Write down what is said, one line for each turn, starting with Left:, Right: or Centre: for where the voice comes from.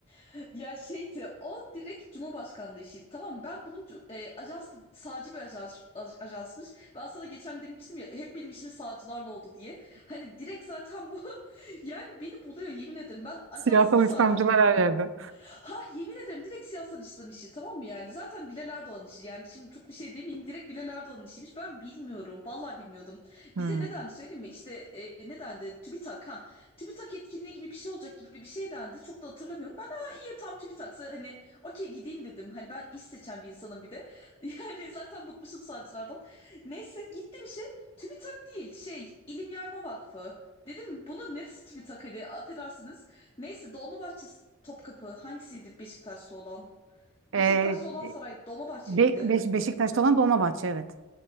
Left: <laughs> Ya şeydi o direkt Cumhurbaşkanlığı işiydi. Tamam mı? ben bunun cu- e, ajans da- sağcı bir ajans aj- ajansmış. Ben sana geçen demiştim ya hep benim işim sağcılarla oldu diye. Hani direkt zaten bu <laughs> yani beni buluyor yemin ederim. Ben ajansın
Right: Siyasal
Left: da sağcı
Right: İslamcılar
Left: olduğunu bilmiyorum.
Right: her yerde.
Left: Ha yemin ederim direkt siyasal İslam işi tamam mı yani? Zaten Bilal Erdoğan işi yani şimdi çok bir şey demeyeyim direkt Bilal Erdoğan işiymiş. Ben bilmiyorum vallahi bilmiyordum.
Right: Hmm.
Left: Bize neden söyleyeyim mi? İşte e, ne dendi? TÜBİTAK ha. TÜBİTAK etkinliği gibi bir şey olacak gibi bir şey dendi. Çok da hatırlamıyorum. Ben ha iyi tam TÜBİTAK'sa hani okey gideyim dedim. Hani ben iş seçen bir insanım bir de. <laughs> Yani zaten bıkmışım sağcılardan. Neyse gittim işe. TÜBİTAK değil şey İlim Yayma Vakfı. Dedim bunun neresi TÜBİTAK hani affedersiniz. Neyse Dolmabahçe Topkapı hangisiydi Beşiktaş'ta olan?
Right: Ee,
Left: Beşiktaş'ta olan saray Dolmabahçe
Right: Be-
Left: miydi?
Right: Beş- Beşiktaş'ta
Left: Be- yok
Right: olan Dolmabahçe evet.